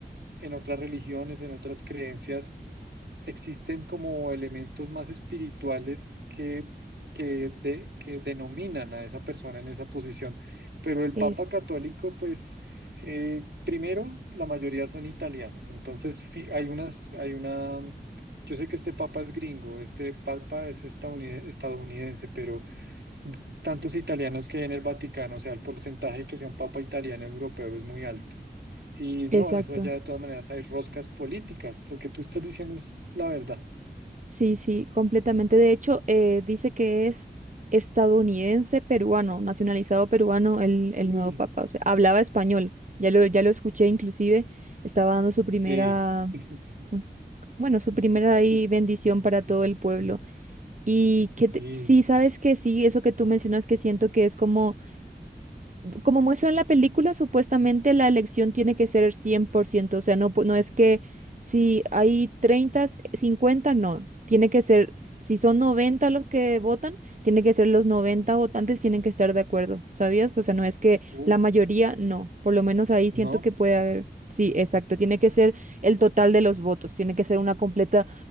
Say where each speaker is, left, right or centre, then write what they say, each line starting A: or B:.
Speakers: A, on the right; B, on the right.
A: en otras religiones, en otras creencias existen como elementos más espirituales que, que, de- que denominan a esa persona en esa posición. Pero el
B: es.
A: Papa Católico, pues, eh, primero, la mayoría son italianos. Entonces, fi- hay unas, hay una, yo sé que este Papa es gringo, este Papa es estadounid- estadounidense, pero tantos italianos que hay en el Vaticano, o sea, el porcentaje que sea un papa italiano europeo es muy alto. Y
B: Exacto.
A: no, eso allá de todas maneras hay roscas políticas. Lo que tú estás diciendo es la verdad.
B: Sí, sí, completamente. De hecho, eh, dice que es estadounidense peruano, nacionalizado peruano el, el
A: Sí,
B: nuevo papa. O sea, hablaba español. Ya lo, ya lo escuché, inclusive estaba dando su primera,
A: sí. <laughs>
B: pues, bueno, su
A: Mm,
B: primera
A: su-
B: ahí bendición para todo el pueblo. Y que te-
A: Sí.
B: sí, sabes que sí, eso que tú mencionas que siento que es como como muestra en la película, supuestamente la elección tiene que ser cien por ciento o sea, no, po- no es que si hay treinta 50 no, tiene que ser, si son 90 los que votan, tiene que ser los 90 votantes tienen que estar de acuerdo, ¿sabías? O sea, no es que
A: Uf,
B: la mayoría, no, por lo menos ahí
A: ¿no?
B: siento que puede haber, sí, exacto, tiene que ser el total de los votos, tiene que ser una completa,